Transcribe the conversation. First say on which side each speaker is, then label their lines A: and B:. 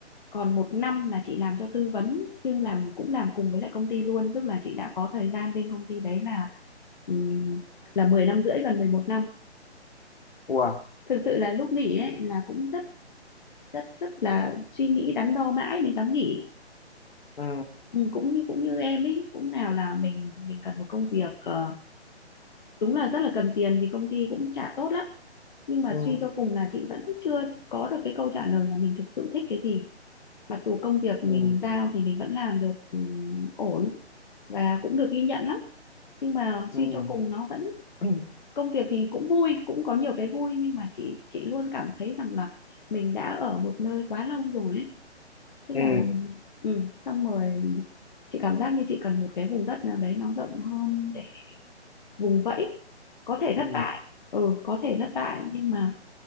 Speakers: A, on the left; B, on the left.
A: còn một năm là chị làm cho tư vấn nhưng làm cũng làm cùng với lại công ty luôn tức là chị đã có thời gian bên công ty đấy là ừm, là mười năm rưỡi gần mười một năm
B: wow
A: <laughs> thực sự là lúc nghỉ ấy là cũng rất rất rất là suy nghĩ đắn đo mãi mới dám nghỉ
B: ừ.
A: ừ, cũng như cũng như em ấy cũng nào là mình mình cần một công việc ờ, đúng là rất là cần tiền thì công ty cũng trả tốt lắm nhưng mà
B: Ừ.
A: suy cho cùng là chị vẫn chưa có được cái câu trả lời là mình thực sự thích cái gì mặc dù công việc mình
B: Ừ.
A: giao thì mình vẫn làm được ừ, ổn và cũng được ghi nhận lắm nhưng mà
B: Ừ.
A: suy cho cùng nó vẫn
B: <clears throat>
A: công việc thì cũng vui cũng có nhiều cái vui nhưng mà chị chị luôn cảm thấy rằng là mình đã ở một nơi quá lâu rồi ấy thế
B: Ừ.
A: là ừ, xong rồi chị cảm giác như chị cần một cái vùng đất nào đấy nó rộng hơn để vùng vẫy có thể
B: Ừ.
A: thất bại ừ có thể thất bại nhưng mà